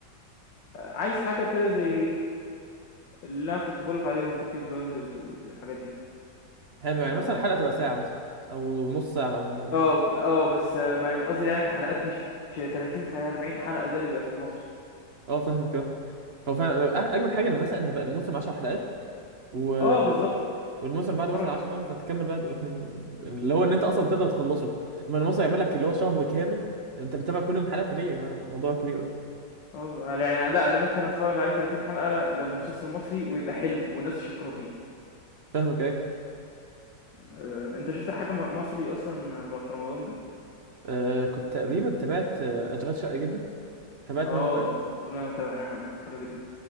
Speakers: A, on the left; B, on the right.
A: عايز حاجة كده زي اللي أنا كنت بقولك عليهم بيكي بلايندرز والحاجات دي
B: حلو يعني
A: اه
B: مثلا الحلقه تبقى ساعه مثلا او نص ساعه عموما يعني
A: اه آه، بس ما- قصدي يعني الحلقات مش 30 خ- 40 حلقة زي اللي بيبقى في المصري
B: اه فاهمك اه هو فعلا اجمد حاجه ان مثلا يبقى الموسم 10 حلقات و...
A: اه بالظبط
B: والموسم
A: تتفرج
B: بعد مثلا 10
A: على
B: فاهم فتكمل بقى ال- <laughs> اللي هو ان انت اصلا تقدر تخلصه اما الموسم يعمل لك اللي هو شهر كامل انت بتتابع كل يوم حلقه فليه يا جماعه الموضوع كبير قوي
A: اه يعني لا اللي ممكن اتفرج عليه 30 حلقة لو مسلسل مصري ويبقى حلو والناس شكروا فيه
B: فاهمك ايه
A: آه، انت شفت الحكم مصري اصلا في رمضان ده
B: آه كنت تقريبا تابعت آه، اشغال شقه جدا تابعت
A: اه
B: منه كمان
A: ده كلنا تابعناه حلو جدا